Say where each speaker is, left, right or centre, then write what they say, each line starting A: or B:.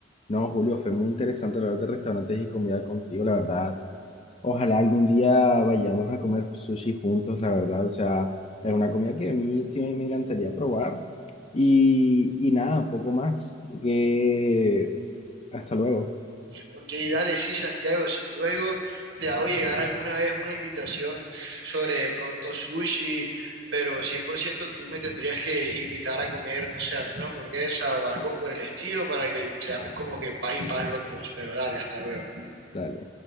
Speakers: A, on the left (about 35°); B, on the right (about 80°).
A: No, Julio, fue muy interesante hablar de restaurantes y comida contigo, la verdad. Ojalá algún día vayamos a comer sushi juntos, la verdad. O sea, es una comida que a mí sí me me encantaría probar. Y, y nada, poco más. Que hasta luego.
B: Ok, dale, sí, Santiago, sin duda yo te hago llegar alguna vez una invitación sobre de pronto sushi, pero 100% tú me tendrías que invitar a comer, no sé, alguna hamburguesa o algo por el estilo para que seamos como que paz y paz los dos, pero dale, hasta luego.
A: Dale.